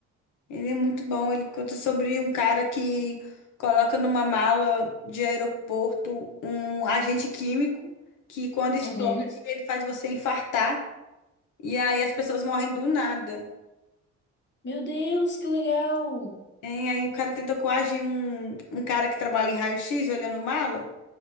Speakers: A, on the left (about 80°); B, on the left (about 35°).
A: Ele é muito bom, ele conta sobre um cara que coloca numa mala de aeroporto um agente químico que quando explode
B: Uhum.
A: ele faz você infartar e aí as pessoas morrem do nada.
B: Meu Deus, que legal!
A: Hein? Aí o cara tentou coagir um, um cara que trabalha em raio-x olhando mala.